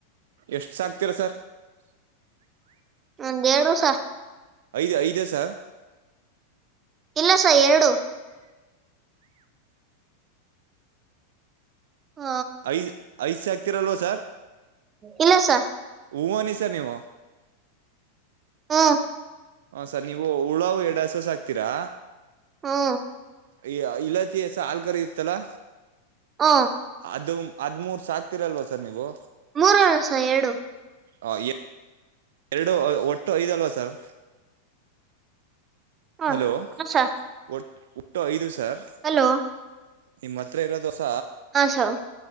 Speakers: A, on the right; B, on the right.
A: ಎಷ್ಟು ಸಾಕ್ತೀರಾ ಸರ್
B: ಒಂದ್ ಎಡುಸ
A: ಐದ ಐದ ಸರ್
B: ಇಲ್ಲ ಸ ಎರಡು ಹ
A: ಐದು್ ಐದು್ ಸಾಕ್ತಿರಲ್ವ ಸರ್
B: ಇಲ್ಲಸ
A: ಹೂವನಿ ಸರ್ ನೀವು
B: ಹಾ
A: ಹ ಸರ್ ನೀವು ಹುಳಾವು ಎರಡ ಹಸು ಸಾಕ್ತೀರಾ
B: ಹಾ
A: ಈ ಇಲ್ಲಾತಿಸ ಹಾಲ್ ಕರಿ ಇರ್ತ್ತಲ್ಲಾ
B: ಹ
A: ಅದು ಅದ್್ಮೂರ್ ಸಾಕ್ತಿೀರಲ್ವ ಸರ್ ನೀವು
B: ಮೂರು ವಸ ಏಡುು
A: ಹ ಎ ಎರಡು ಒಟ್ಟು ಐದುಲ್ವಾ ಸರ್
B: ಹ
A: ಹಲೋ
B: ಹ ಸ
A: ಒಟ್ ಒಟ್ಟೋ ಐದು ಸರ್
B: ಹಲೋ
A: ನಿಮ್ಮ ಹತ್ರ ಇರೋ ದೋಸ
B: ಹ ಸರ್